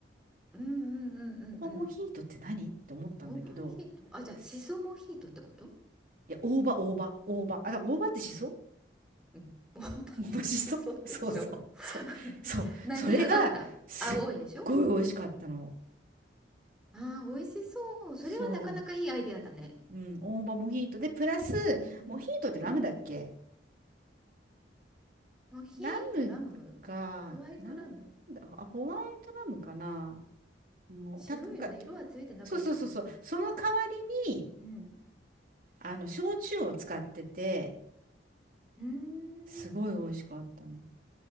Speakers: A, in the centre; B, on the right.
A: うんうんうんうんうん。
B: 大葉モヒートって何って思ったんだけど、
A: オーバーヒート。あ、じゃあ、
B: す
A: シソモヒートってこと
B: いや、大葉、大葉、大葉。あ、だから大葉ってしそ
A: うん。<laughs> ワンパンってしそでしょ
B: 面白そう。そうそう。そう。
A: <laughs>
B: そう。
A: 何色だった青いでしょ
B: それが、すっごい美味しかったの。
A: ああー、美味しそう。それはなかなかいいアイデアだね。
B: そう。うん。大葉モヒートで、プラス、
A: うんうんうん。
B: モヒートってラムだっけ
A: モヒートラム
B: ラムか、
A: ホワイトラム
B: なんだ、あ、ホワイトラムかな。もう、
A: 白いよね。
B: た、なんか、
A: 色はついてなかったはず。
B: そうそうそうそう。その代わりに、
A: うん。
B: あの、焼酎を使ってて、
A: うーん。
B: すごい美味しかったの。